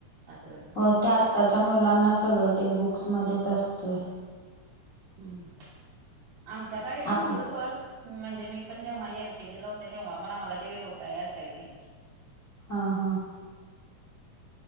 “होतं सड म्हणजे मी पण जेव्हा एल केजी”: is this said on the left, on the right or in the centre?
Right